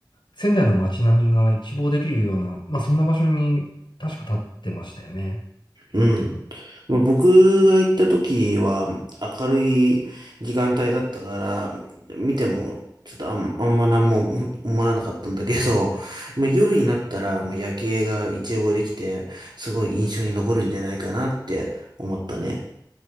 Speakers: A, on the left; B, on the right.
A: 仙台の街並みが一望できるような、まあ、そんな場所に確か立ってましたよね。
B: うん。まあ、僕が行った時は明るい時間帯だったから、見てもちょっとあん、あんま何もう思わなかったんだけど、<laughs> まあ、夜になったらもう夜景が一望できて、すごい印象に残るんじゃないかなって思ったね。